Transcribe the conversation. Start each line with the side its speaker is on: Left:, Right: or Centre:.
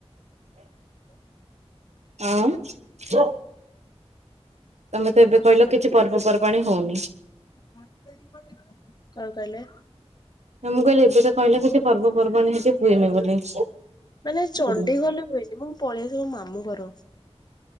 Right: ଆଁ ହ ତମେ ତ ଏବେ କହିଲ କିଛି ପର୍ବ ପର୍ବ ପାଣ ହଉନି
Left: ଗ କଣ କହିଲେ?
Right: ତ ମୁଁ କହିଲି ଏବେ ତ କହିଲା କିଛି ପର୍ବ ପର୍ବାଣି ହେଇକି ହୁଏନି ବୋଲି
Left: ମାନେ ଚଣ୍ଡିଗଲେ
Right: ହୁଁ
Left: ହୁଏନି ମୁଁ ପଳେଇଆ ସବୁ ମାମୁ ଘର <inaudible>